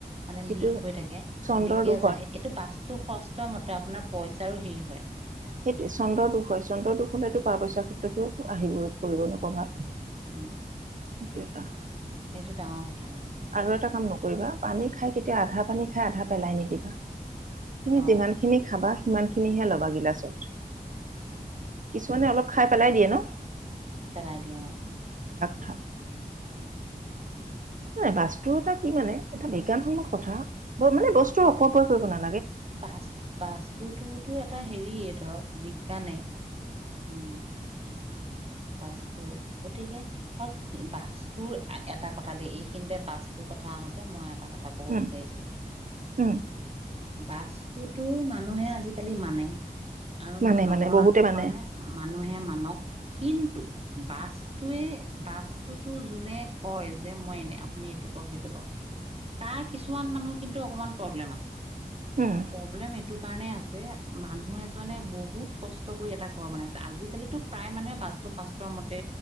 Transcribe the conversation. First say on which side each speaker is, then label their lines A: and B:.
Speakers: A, on the right; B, on the right.
A: মানে
B: সেইটো
A: লিক হৈ থাকে,
B: চন্দ্ৰৰ
A: লিকে
B: দুখ হয়
A: যায়েই এইটো বাস্ত টো ষষ্ঠ মতে আপোনাৰ পইচাৰো হেৰি হয়।
B: সেইটো চন্দ্ৰদুখ হয়, চন্দ্ৰদুখ হলেতো টকা-পইচাৰ ক্ষেত্ৰতোও আহিবই, পৰিব প্ৰভাৱ।
A: উম!
B: সেইটোৱে ট
A: এইটো ডাঙৰ কথা মানে
B: আৰু এটা কাম নকৰিবা পানী খাই কেতিয়াও আধা পানী খাই আধা পেলাই নিদিবা। তুমি
A: অ
B: যিমানখিনি খাবা সিমানখিনিহে ল'বা গিলাচত। কিছুমানে অলপ খাই পেলাই দিয়ে ন?
A: পেলাই দিয়ে অঁ!
B: ঠ এই বাস্তুৰ এটা কি মানে এটা বিজ্ঞানসন্মত কথা মানে বস্তুৰ অপব্যয় কৰিব না-
A: বাচ-বাস্তুটোতো এটা হেৰিয়ে ধৰক বিজ্ঞানেই। উম! বাস্তু গতিকে আৰু বাস্তুৰ এটা কথা দেই এই এইখিনিতে বাস্তুৰ কথা আহোতে মই এটা কথা কব
B: উম
A: বিচাৰিছো
B: উম
A: বাস্তুতো মানুহে আজিকালি মানে। আৰু
B: মানে
A: মই নমনাটো
B: মানে বহুতে মানে
A: কোৱা নাই মানুহে মানক। কিন্তু বাস্তয়ে বাস্তুটোতো যোনে কয় যে মই এনে, আপুনি এইটো ক সেইটোক তাক কিছুমান মানুহ কিন্তু অকনমান প্ৰব্লেম আছে।
B: উম
A: প্ৰব্লেম এইটো কাৰণে আছে মানুহ এজনে বহুত কষ্ট কৰি এটা ঘৰ বনাইছে আজিকালিটো প্ৰায় মানুহে বাস্তু-শাস্ত্ৰৰ মতে